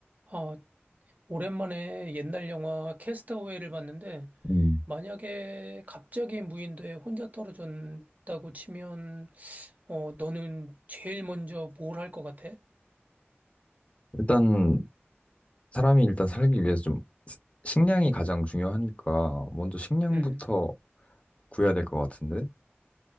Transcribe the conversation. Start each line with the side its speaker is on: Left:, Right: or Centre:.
Right: 아, 오랜만에 옛날 영화 캐스터웨이를 봤는데,
Left: 음.
Right: 만약에 갑자기 무인도에 혼자 떨어졌다고 치면, 어, 너는 제일 먼저 뭘 할 것 같아?
Left: 일단 사람이 일단 살기 위해서 좀 스- 식량이 가장 중요하니까 먼저 식량부터
Right: 음.
Left: 구해야 될 것 같은데?